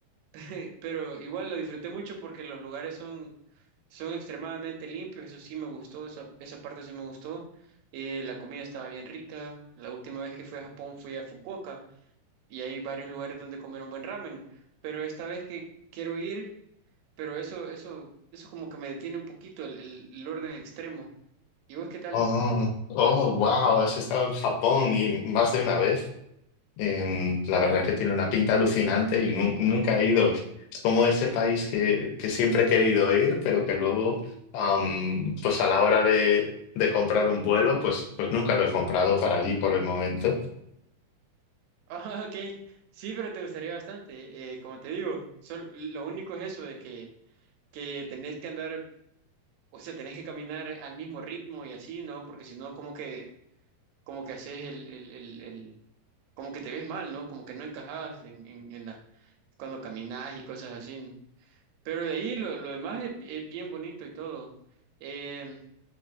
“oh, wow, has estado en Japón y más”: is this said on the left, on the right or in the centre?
Left